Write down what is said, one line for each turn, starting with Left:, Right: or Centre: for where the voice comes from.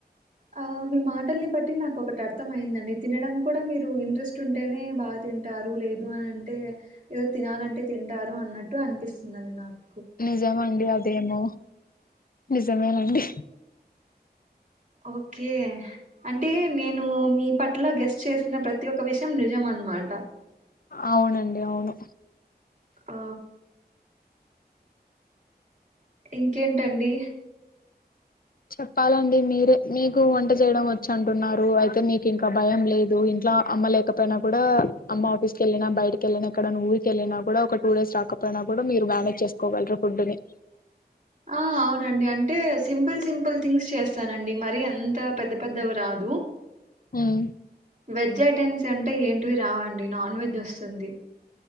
Right: ఆ మీ మాటల్ని బట్టి నాకొకటి అర్థం అయిందండి తినడం కూడ మీరు ఇంట్రెస్ట్ ఉంటేనే బాతింటారు లేదు అనంటే ఎదొ తినాలంటే తింటారు అన్నట్టు అనిపిస్తుందండి నాక్
Left: నిజమండి అదేమో నిజమేనండి
Right: ఓకె అంటే నేను మీ పట్ అట్ల గెస్స్ చేసిన ప్రతి ఒక్క విషయం నిజం అన్నమాట
Left: అవునండి అవును
Right: ఆ ఇంకేంటండి
Left: చెప్పాలండి మీరే మీకు వంట చేయడం వచ్చంటున్నారు అయితే మీకు ఇంకా భయం లేదు ఇంట్లో అమ్మ లేకపోయినా కూడా అమ్మ ఆఫీస్ కెళ్ళినా బయటకి వెళ్ళినా ఎక్కడ ఊరికెళ్ళినా కూడా ఒక టూ డేస్ రాకపోయినా కూడా మీరు మేనేజ్ చేసుకోగలరు ఫుడ్ ని
Right: ఆ అవునండి అంటే సింపుల్ సింపుల్ థింగ్స్ చేస్తానండి మరీ అంత పెద్దపెద్దవి రాదు
Left: ఉమ్,
Right: వెజ్ ఐటెమ్స్ ఎం అంటే ఏంటివి రావండి నాన్వెజ్ వస్తుంది